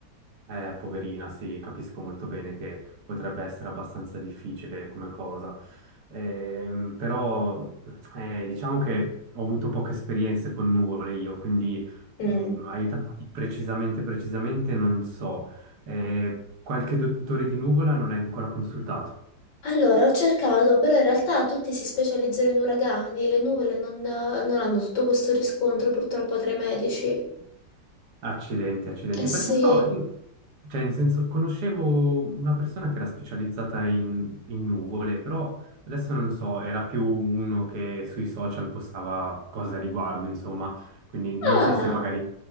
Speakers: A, on the right; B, on the left.
A: Eh, poverina, sì, capisco molto bene che potrebbe essere abbastanza difficile come cosa, Ehm, però eh, diciamo che ho avuto poche esperienze con nuvole io, quindi mh,
B: Mm.
A: aiutarti precisamente, precisamente non so. Eh, qualche dottore di nuvola non l'hai ancora consultato?
B: Allora, ho cercato, però in realtà tutti si specializzano in uragani, le nuvole non, non hanno tutto questo riscontro purtroppo tra i medici.
A: Accidenti, accidenti,
B: Eh sì.
A: perché so, io, cioè, in senso, conoscevo una persona che era specializzata in, in nuvole, però adesso non so, era più uno che sui social postava cose a riguardo, insomma, quindi non
B: Ah!
A: so se magari